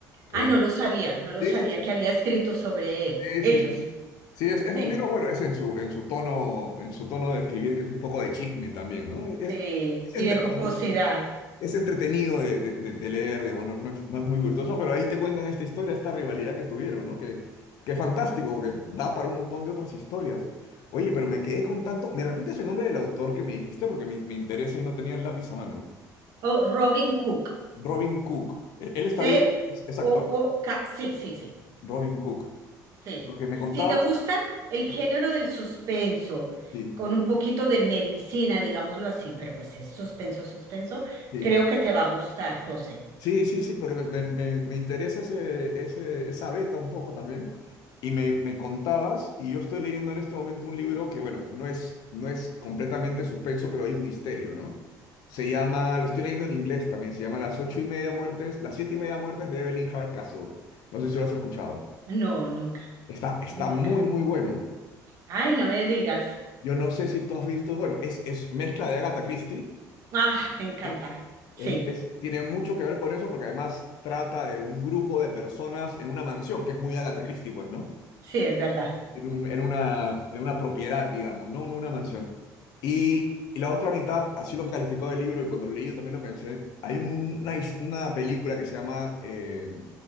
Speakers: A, on the left; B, on the right.
A: Eh,
B: Ah, no lo sabía, no lo
A: sí,
B: sabía
A: sí, sí,
B: que
A: sí.
B: había escrito sobre él.
A: Sí,
B: Ellos,
A: sí, sí. Sí, es, es
B: sí,
A: un libro, bueno, es en su, en su tono, en su tono de escribir, que es un poco de chisme también, ¿no? Es,
B: sí.
A: es
B: Y
A: entretenido
B: de jocosidad.
A: es entretenido de, de- de de leer, digo, no, no es, no es muy virtuoso, pero ahí te cuentan esta historia, esta rivalidad que tuvieron, ¿no? Que, que es fantástico, que da para un montón de otras historias. Oye, pero me quedé con tanto. ¿Me repites el nombre del autor que me dijiste? Porque me, me interesa y no tenía el lápiz a mano.
B: Oh, Robin Cook,
A: Robin Cook. ¿Él él está
B: C-O-O-K,
A: vivo? ¿Es, es actual?
B: sí, sí, sí.
A: Robin Cook.
B: Sí.
A: Porque me contabas.
B: Si te gusta el
A: Sí,
B: género del suspenso,
A: sí.
B: con un poquito de medicina, digámoslo así, pero pues es suspenso, suspenso,
A: sí.
B: creo que te va a gustar, José.
A: Sí, sí, sí, porque me, me- me- me interesa ese, ese- esa beta un poco también. Y me, me contabas, y yo estoy leyendo en este momento un libro que, bueno, no es, no es completamente suspenso, pero hay un misterio, ¿no? Se llama, lo estoy leyendo en inglés también, se llama Las ocho y media muertes, Las siete y media muertes de Evelyn Hardcastle. No sé si lo has escuchado.
B: No, nunca,
A: Está, está
B: nunca.
A: muy, muy bueno.
B: Ay, no me digas.
A: Yo no sé si tú has visto, bueno, es, es mezcla de Agatha Christie
B: Ah, me encanta.
A: Sí.
B: Sí,
A: Es- es- tiene mucho que ver con eso porque además trata de un grupo de personas en una mansión, que es muy Agatha Christie, pues, ¿no?
B: sí, es verdad.
A: En un- en una, en una propiedad, digamos, ¿no? En una mansión. Y, y la otra mitad, así lo calificó del libro y cuando lo leí yo también lo pensé, hay un- una, his- una película que se llama eh,